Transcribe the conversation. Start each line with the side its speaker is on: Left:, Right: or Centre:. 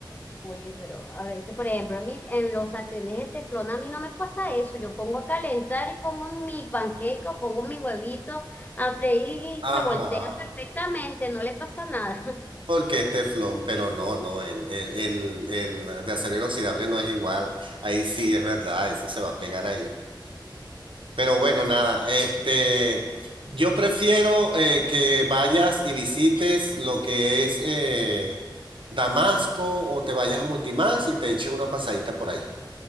Left: Oye, pero a veces, por ejemplo, en, mi- en los sartenes de teflón a mí no me pasa eso. Yo pongo a calentar y pongo mi panqueca, pongo mi huevito a freír y
Right: Ajá.
Left: se voltea perfectamente, no le pasa nada.
Right: Porque es teflón, pero no, no, el, el, el, el de acero inoxidable no es igual. Ahí sí es verdad, eso se va a pegar ahí. Pero bueno, nada, este, yo prefiero eh, que vayas y visites lo que es eh, Damasco o te vayas a Multimax y te eches una pasadita por ahí.